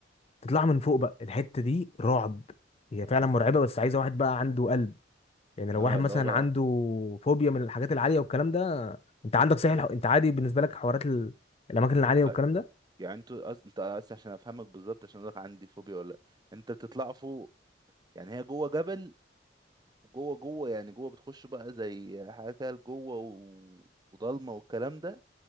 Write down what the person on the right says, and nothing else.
اه
اللي
هو بقى
آه،
يعني انتوا أص... انت أص... عشان افهمك بالظبط عشان اقولك عندي فوبيا ولا لأ. انت بتطلع فوق يعني هي جوه جبل جوه جوه يعني جوه بتخش بقى زي حاجه كده جوه و... وضلمه والكلام ده